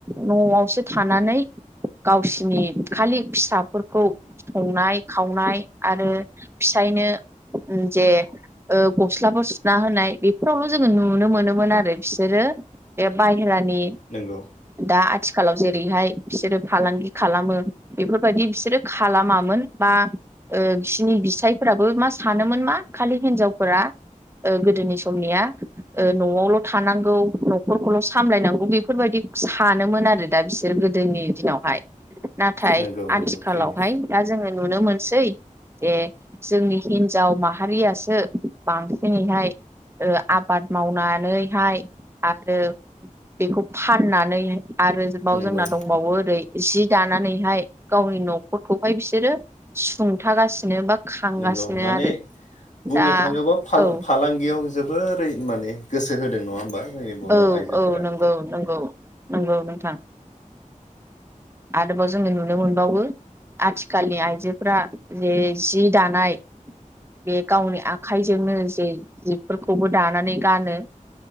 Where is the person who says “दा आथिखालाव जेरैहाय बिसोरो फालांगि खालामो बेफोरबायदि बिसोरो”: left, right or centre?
Right